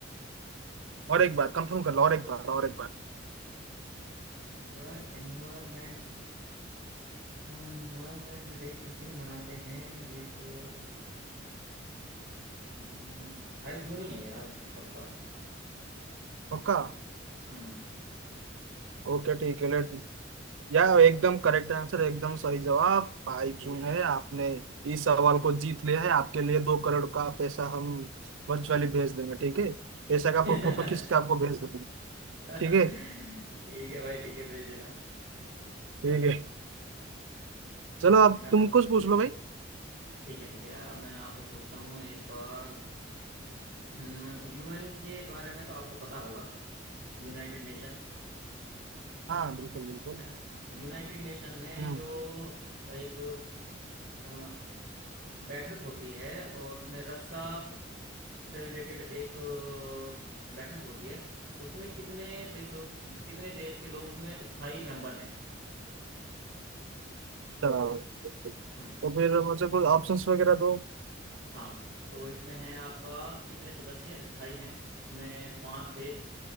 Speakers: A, on the right; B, on the right.
A: और एक बार कंफर्म कर लो और एक बार और एक बार
B: यार एनवायरमेंट एनवायरमेंट डे किस दिन मनाते हैं ये तो हम्म, फाइव जून ही है यार पक्का
A: पक्का
B: हम्म,
A: ओके ठीक है लेट या एकदम करेक्ट आंसर एकदम सही जवाब भाई
B: सही
A: जून
B: है ना
A: है आपने इस सवाल को जीत लिया है आपके लिए दो करोड़ का पैसा हम वर्चुअली भेज देंगे ठीक है पैसा का
B: <laughs>
A: फोटो खींच के आपको भेज देंगे
B: <laughs> ठीक
A: ठीक है
B: है भाई ठीक है भेज देना चलो
A: ठीक है चलो अब
B: मैं
A: तुम
B: पूछ
A: कुछ पूछ लो भाई
B: ठीक है ठीक है अब मैं आपसे पूछता हूँ एक बार हम्म, यूएन के बारे में तो आपको पता होगा यूनाइटेड नेशन
A: हाँ बिल्कुल बिल्कुल
B: है ना यूनाइटेड नेशन में
A: हम्म
B: जो एक अ, बैठक होती है और उसमें रक्षा से रिलेटेड एक अ, बैठक होती है उसमें कितने देशों कितने देश के लोग उसमें स्थायी मेंबर हैं
A: तो
B: हम्म
A: तो फिर मुझे कुछ ऑप्शंस वगैरह दो
B: हाँ तो इसमें है आपका कितने सदस्य स्थायी हैं इसमें पांच देश